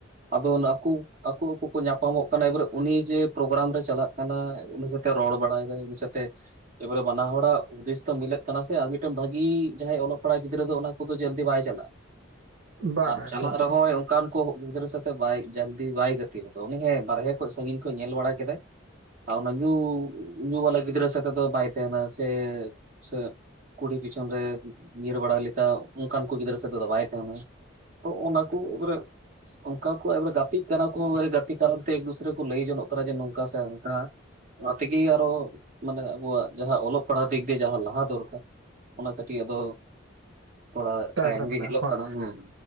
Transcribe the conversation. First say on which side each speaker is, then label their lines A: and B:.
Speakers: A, on the right; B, on the right.
A: ᱟᱫᱚ ᱟᱠᱚ ᱟᱠᱚ ᱟᱠᱚ ᱠᱚ ᱧᱟᱯᱟᱢᱚᱜ ᱠᱟᱱᱟ ᱩᱱᱤ ᱡᱮ ᱯᱨᱳᱜᱨᱟᱢ ᱨᱮ ᱪᱟᱞᱟᱜ ᱠᱟᱱᱟ ᱩᱱᱤ ᱥᱟᱛᱮ ᱨᱚᱲ ᱨᱚᱲ ᱵᱟᱲᱟᱭ ᱩᱱᱤ ᱥᱟᱛᱮ ᱮᱵᱟᱨᱮ ᱵᱟᱱᱟ ᱦᱚᱲᱟᱜ ᱦᱩᱫᱤᱥ ᱫᱚ ᱢᱤᱞᱟᱹᱜ ᱠᱟᱱᱟ ᱥᱮ ᱟᱨ ᱢᱤᱫᱴᱟᱝ ᱵᱷᱟᱜᱤ ᱚᱞᱚᱜ ᱯᱟᱲᱦᱟᱣ ᱜᱤᱫᱽᱨᱟᱹ ᱫᱚ ᱚᱱᱟ ᱠᱚᱫᱚ ᱡᱚᱞᱫᱤ ᱵᱟᱭ ᱪᱟᱞᱟᱜᱼᱟ
B: ᱵᱟᱝᱟ
A: ᱟᱨ ᱪᱟᱞᱟᱜ
B: ᱮᱠᱫᱚᱢ
A: ᱨᱮᱦᱚᱸ ᱚᱱᱠᱟᱱ ᱠᱚ ᱡᱚᱞᱫᱤ ᱵᱟᱭ ᱜᱟᱛᱮ ᱦᱚᱚᱫ ᱩᱱᱤ ᱦᱮᱸ ᱵᱟᱨᱦᱮ ᱠᱷᱚᱱᱚᱡ ᱥᱟᱺᱜᱤᱧ ᱠᱷᱚᱱ ᱧᱮᱞ ᱵᱟᱲᱟ ᱠᱮᱫᱟᱭ᱾ ᱦ ᱧᱩ ᱧᱩ ᱵᱟᱞᱟ ᱜᱤᱫᱽᱨᱟᱹ ᱥᱟᱛᱮ ᱫᱚ ᱵᱟᱭ ᱛᱟᱦᱮᱱᱟ ᱥᱮ ᱥᱮ ᱠᱩᱲᱤ ᱯᱤᱪᱷᱚᱱ ᱨᱮ ᱧᱤᱨ ᱵᱟᱲᱟ ᱞᱮᱠᱟ ᱚᱱᱠᱟᱱ ᱠᱚ ᱜᱤᱫᱽᱨᱟᱹ ᱥᱟᱛᱮ ᱫᱚ ᱵᱟᱭ ᱛᱟᱦᱮᱱᱟ᱾ ᱛᱚ ᱚᱱᱟ ᱠᱩ <unintelligible> ᱚᱱᱠᱟ ᱠᱚ ᱮᱵᱟᱨᱮ ᱜᱟᱛᱮᱜ ᱠᱟᱱᱟ ᱠᱚ ᱜᱟᱛᱮ ᱠᱟᱨᱚᱱ ᱛᱮ ᱮᱠ ᱫᱩᱥᱨᱮ ᱠᱚ ᱞᱟᱹᱭ ᱡᱚᱱᱚᱜ ᱠᱟᱱᱟ ᱡᱮ ᱱᱚᱝᱠᱟ ᱥᱮ ᱚᱱᱠᱟ᱾ ᱚᱱᱟ ᱛᱮᱜᱮ ᱟᱨᱚ ᱢᱟᱱᱮ ᱟᱵᱚᱣᱟᱜ ᱡᱟᱦᱟᱸ ᱚᱞᱚᱜ ᱯᱟᱲᱦᱟᱜ ᱫᱤᱠ ᱫᱤᱭᱮ ᱡᱟᱦᱟᱸ ᱞᱟᱦᱟ ᱫᱚᱨᱠᱟᱨ ᱚᱱᱟ ᱠᱟᱹᱴᱤᱡ ᱟᱫᱚ ᱛᱷᱚᱲᱟ
B: ᱛᱟᱭᱚᱢ ᱨᱮ
A: ᱜᱮ
B: ᱢᱮᱱᱟᱜᱼᱟ
A: ᱧᱮᱞᱚᱜ
B: ᱦᱳᱭ
A: ᱠᱟᱱᱟ ᱦᱩᱸ